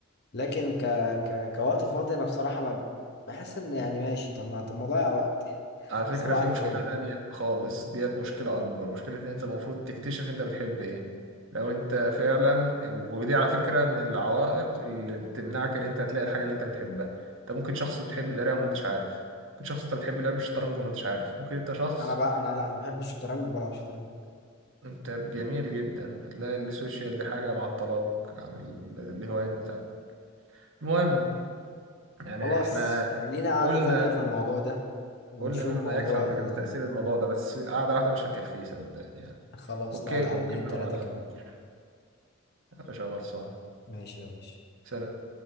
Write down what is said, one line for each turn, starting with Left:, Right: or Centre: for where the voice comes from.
Left: لكن ك... ك... كوقت فاضي انا بصراحة ما بحس ان يعني ماشي طب ما طب ما اضيع وقت <laughs>
Right: على فكرة
Left: صباح
Right: في
Left: الفل
Right: مشكلة تانية خالص
Left: مم.
Right: ديت مشكلة أكبر مشكلة إن أنت المفروض تكتشف أنت بتحب إيه لو أنت فعلا ودي على فكرة من العوائق اللي بتمنعك إن أنت تلاقي الحاجة اللي أنت بتحبها أنت ممكن شخص بتحب القراية وما أنتش عارف ممكن شخص أنت بتحب لعب الشطرنج وما أنتش عارف ممكن أنت شخص
Left: انا بقى انا لا انا بحب الشطرنج وبلعب شطرنج
Right: أنت جميل جدا هتلاقي السوشيال دي حاجة معطلاك عن ال- الهوايات بتاعتك المهم يعني
Left: خلاص
Right: إحنا
Left: لينا قعدة
Right: قلنا
Left: تانية في الموضوع ده ونشوف
Right: قلنا بما
Left: موضوع
Right: يكفي على
Left: ال...
Right: فكرة في تأثير الموضوع ده بس قعدة واحدة مش هتكفيه صدقني يعني
Left: خلاص
Right: اوكي
Left: نقعد قعدتين
Right: ممكن
Left: تلاتة
Right: نقعد على-
Left: كمان
Right: مش غلطان
Left: ماشي يا باشا
Right: سلام.